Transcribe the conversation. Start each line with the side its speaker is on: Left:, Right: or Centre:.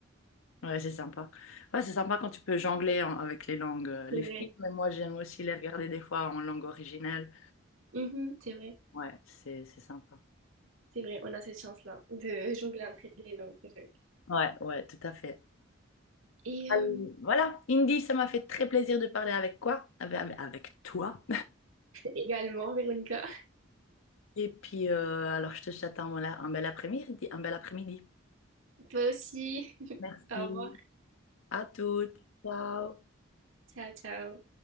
Left: Ouais, c'est sympa. Ouais, c'est sympa quand tu peux jongler en- avec les langues, euh, les
Right: C'est vrai.
Left: films. Mais moi j'aime aussi les regarder des fois en langue originelle.
Right: Mhm, c'est vrai,
Left: Ouais, c'est c'est sympa.
Right: c'est vrai. On a cette chance-là de jongler entre les langues, c'est vrai.
Left: Ouais, ouais, tout à fait.
Right: Et euh,
Left: Euh, Voilà, Indy, ça m'a fait très plaisir de parler avec quoi? Avec, avec avec toi.
Right: également, Véronica,
Left: <laughs> Et puis, euh, alors, je te souhaite un, bel- un bel après-midi, un bel après-midi.
Right: toi aussi. <laughs>
Left: Merci.
Right: Au revoir.
Left: À toutes. Ciao.
Right: Ciao, ciao.